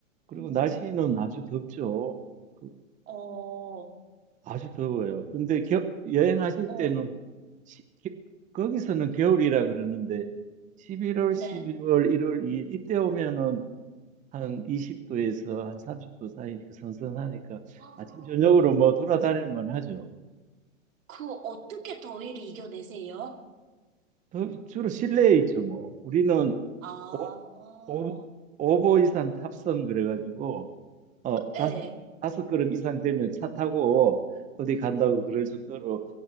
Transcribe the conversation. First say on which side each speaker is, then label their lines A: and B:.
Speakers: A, on the right; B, on the right.
A: 그리고
B: 음.
A: 날씨는 아주 덥죠. 그
B: 어,
A: 아주 더워요. 근데 겨, 여행하실
B: 어,
A: 때는 시- 기- 거기서는 겨울이라 그러는데 11월,
B: 네.
A: 12월, 1월, 2일 이때 오면은 한 20도에서 한 30도 사이니까 선선하니까
B: 아,
A: 아침 저녁으로 뭐 돌아다닐 만하죠.
B: 그 어떻게 더위를 이겨내세요?
A: 더- 주로 실내에 있죠 뭐. 우리는
B: 아,
A: 오, 오, 오보 이상 탑승 그래가지고 어 다섯
B: 예.
A: 다섯 걸음 이상 되면 차 타고 어디 간다고 그럴
B: 음.
A: 정도로